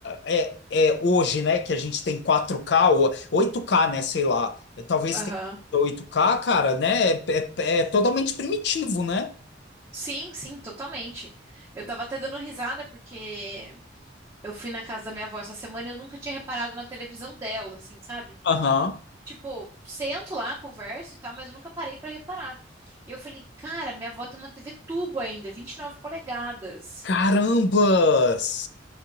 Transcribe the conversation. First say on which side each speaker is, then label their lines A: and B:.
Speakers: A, on the left (about 60°); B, on the right (about 15°).
A: é, é hoje, né, que a gente tem 4K ou oito k né, sei lá. É, Talvez
B: Aham.
A: tenha oito k cara, né? É, é- é totalmente primitivo, né?
B: Sim, sim, totalmente. Eu tava até dando risada porque eu fui na casa da minha avó essa semana e eu nunca tinha reparado na televisão dela, assim, sabe?
A: Aham.
B: Tipo, sento lá, converso e tal, mas eu nunca parei pra reparar. E eu falei, cara, minha avó tem uma TV tubo ainda, 29 polegadas.
A: Carambas!